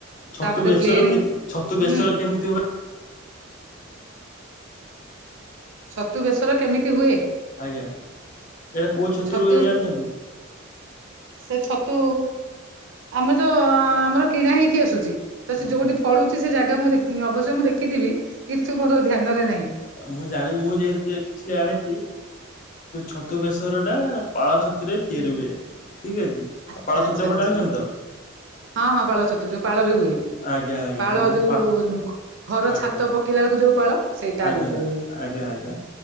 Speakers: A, on the left (about 40°); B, on the right (about 65°).
A: ଛତୁ
B: ତାପରେ
A: ବେଶର
B: ପ୍ଲେନ୍
A: ଛତୁ ବେଶର
B: ହୁଁ
A: କେମିତି ହୁଏ?
B: ଛତୁ ବେସର କେମିତି ହୁଏ?
A: ଆଜ୍ଞା ଏଇଟା କୋଉ ଛତୁରୁ
B: ଛତୁ
A: ହୁଏ ଜାଣିଛନ୍ତି?
B: ସେ ଛତୁ ଆମେ ତ ଆମର କିଣା ହେଇକି ଆସୁଛି। ତ
A: ହଁ
B: ସେ ଯୋଉଠି ଫଳୁଛି ସେ ଜାଗା ମୁଁ ଅବଶ୍ୟ ମୁଁ ଦେଖିଥିବି କିନ୍ତୁ ମୋର ଧ୍ୟାନରେ ନାହିଁ।
A: ମୁଁ ଜାଣି ମୁଁ ଯେହେତୁ କିଛି ଜାଣିଚି ଛତୁ ବେଶର ଟା ପାଳ ଛତୁରେ ତିଆରି
B: ହୁଁ।
A: ହୁଏ ଠିକ ଅଛି
B: ଆଚ୍ଛା
A: ଆଉ ପାଳ
B: ଆଚ୍ଛା
A: ଛତୁ ଆପଣ
B: ଆଚ୍ଛା
A: ଜାଣିଛନ୍ତି ତ?
B: ହଁ ହଁ ପାଳ ଛତୁ ଯୋଉ ପାଳରେ ହୁଏ
A: ଆଜ୍ଞା ଆଜ୍ଞା
B: ପାଳମାନେ
A: ଯେହେତୁ
B: ଛତୁ
A: ପା
B: ପାଳ ଯୋଉ ଘର
A: ଆଜ୍ଞା
B: ଛାତ ପକେଇଲା ବେଳକୁ ଯୋଉ ପାଳ। ସେଇ ତାରି
A: ଆଜ୍ଞା
B: ଉପରେ ହୁଏ
A: ଆଜ୍ଞା ଆଜ୍ଞା